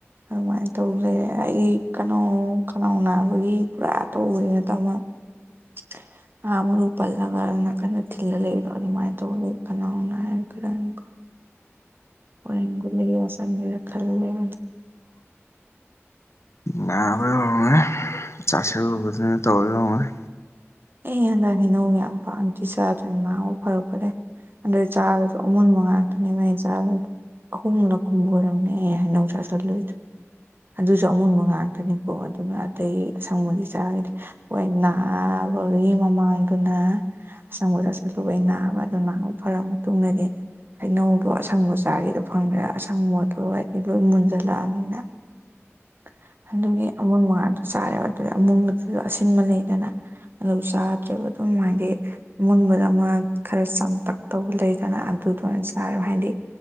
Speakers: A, on the right; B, on the left.
A: ꯑꯗꯨꯃꯥꯏꯅ ꯇꯧ ꯂꯩꯔꯦ ꯍꯥꯏꯗꯤ ꯀꯩꯅꯣ ꯈꯅꯥꯎ ꯅꯥꯕꯒꯤ ꯄꯨꯔꯥ ꯇꯧꯕꯗꯤ ꯅꯠꯇꯕꯃ <inaudible> ꯉꯥ ꯃꯔꯨ ꯄꯜꯂꯒ ꯅꯥꯀꯟꯗ ꯊꯤꯜꯂ ꯂꯩꯕꯗꯣ ꯑꯗꯨꯃꯥꯥꯏ ꯇꯧꯔ ꯂꯩꯔ ꯈꯅꯥꯎ ꯅꯥꯢꯕ ꯈꯤꯇꯪꯀꯣ ꯍꯣꯔꯦꯟ ꯒꯨꯂꯤ ꯌꯣꯠꯁꯟꯒꯤꯕꯗ ꯈꯜꯂ ꯂꯩꯕꯅ
B: ꯅꯥꯕꯩ ꯑꯣꯢꯔꯝꯒꯅꯤ ꯆꯥꯁꯜꯂꯨꯕꯗꯨꯅ ꯇꯧꯔꯤ ꯑꯣꯢꯔꯝꯒꯅꯤ
A: ꯑꯦ ꯍꯟꯗꯛ ꯍꯩꯅꯧ ꯌꯥꯝ ꯄꯥꯝꯗ꯭ꯔꯤ ꯆꯥꯗ꯭ꯔꯤ ꯅꯥꯔꯨ ꯐꯔꯛꯄꯗꯩ ꯑꯗꯨ ꯆꯥꯔꯁꯨ ꯑꯃꯨꯟꯕ ꯉꯥꯛꯇꯅꯦꯕ ꯑꯩꯅ ꯆꯥꯔꯨꯢꯗꯣ ꯑꯍꯨꯝꯂꯛꯀꯨꯝꯕ ꯑꯣꯢꯔꯝꯅꯤ ꯑꯩꯅ ꯍꯩꯅꯧ ꯆꯥꯁꯜꯂꯨꯢꯗꯣ ꯑꯗꯨꯁꯨ ꯑꯃꯨꯟꯕ ꯉꯥꯛꯇꯅꯤꯀꯣ ꯑꯗꯨꯅ ꯑꯇꯩ ꯑꯁꯪꯕꯗꯤ ꯆꯥꯘꯤꯗꯦ ꯍꯣꯏ ꯅꯥ <unintelligible> ꯃꯃꯥꯡꯗꯨꯅ ꯑꯁꯪꯕ ꯆꯥꯁꯜꯂꯨꯕꯩ ꯅꯥꯕ ꯑꯗꯨ ꯅꯥꯕ ꯐꯔ ꯃꯇꯨꯡꯗꯗꯤ ꯍꯩꯅꯧꯗꯣ ꯑꯁꯪꯕ ꯆꯥꯒꯦꯗꯣ ꯐꯪꯗ꯭ꯔꯦ ꯑꯁꯪ ꯃꯣꯠꯇꯣ ꯂꯣꯏ ꯃꯨꯟꯖꯜꯂꯛꯑꯝꯅꯤꯅ <inaudible> ꯑꯗꯨꯒꯤ ꯑꯃꯨꯟꯕ ꯉꯥꯇ ꯆꯥꯔꯦꯕ ꯑꯗꯨ ꯑꯃꯨꯕꯗꯨꯁꯨ ꯑꯁꯤꯟꯕ ꯂꯩꯗꯅ ꯑꯗꯨ ꯆꯥꯗ꯭ꯔꯦꯕ ꯑꯗꯨꯝ ꯍꯥꯏꯗꯤ ꯃꯨꯟꯕꯗ ꯑꯃ ꯈꯔ ꯆꯝꯇꯛꯇꯧꯕ ꯂꯩꯗꯅ ꯑꯗꯨ ꯗꯣ ꯑꯣꯢꯅ ꯆꯥꯔꯦꯕ ꯍꯥꯏꯗꯤ